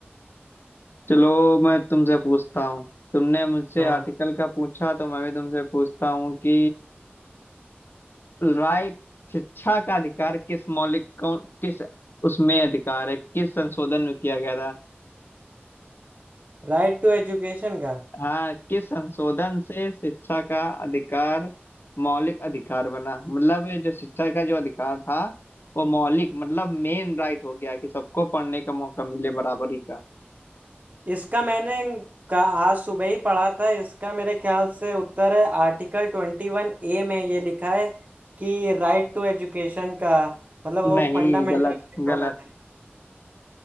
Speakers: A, on the left; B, on the right.
A: चलो मैं तुमसे पूछता हूँ तुमने मुझसे
B: हाँ
A: आर्टिकल का पूछा तो मैं भी तुमसे पूछता हूँ कि राइट शिक्षा का अधिकार किस मौलिक कौन किस उसमें अधिकार है किस संशोधन में किया गया था
B: राइट टू एजुकेशन का
A: हाँ किस संशोधन से शिक्षा का अधिकार मौलिक अधिकार बना मतलब ये जो शिक्षा का जो अधिकार था वो मौलिक मतलब मेन राइट हो गया कि सबको पढ़ने का मौका मिले बराबरी का
B: इसका मैंने का आज सुबह ही पढ़ा था इसका मेरे ख्याल से उत्तर है आर्टिकल ट्वेंटी वन ए में ये लिखा है कि राइट टू एजुकेशन का मतलब वो
A: नहीं
B: फंडामेंटल
A: गलत
B: राइट
A: गलत
B: होना चाहिए